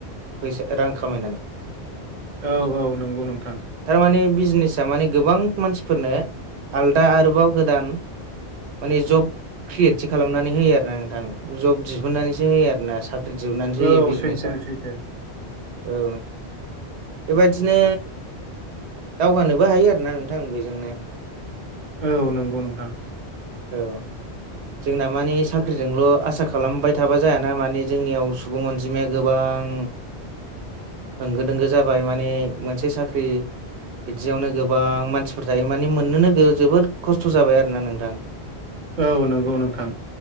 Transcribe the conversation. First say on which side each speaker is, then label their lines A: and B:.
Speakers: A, on the right; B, on the right.
A: फैसा रां खामायनानै।
B: औ औ नंगौ नोंथां।
A: थारमाने बिजिनेसा माने गोबां मानसिफोरनो आलदा आरोबाव गोदान माने जब क्रियेटसो खालामनानै होयो आरोना नोंथां जब दिहुननानैसो होयो आरोना सा ख्रि दिहुननानैसो होयो
B: औ
A: बिजिनेसा
B: सैथो सैथो
A: औ नों बेबादिनो दावगानोबो हायो आरोना नोंथां बेजोंनो
B: औ नंगौ नोंथां
A: औ जोंना माने साख्रिजोंल' आसा खालामबाय थाबा जायाना माने जोंनियाव सुबुं अनजिमाया गोबां। होंगो दोंगो जाबाय माने मोनसे साख्रि बिदियावनो गोबां मानसिफोर थायो माने मोननोनो जोबोद खस्थ' जाबाय आरोना नोंथां।
B: औ नंगौ नोंथां।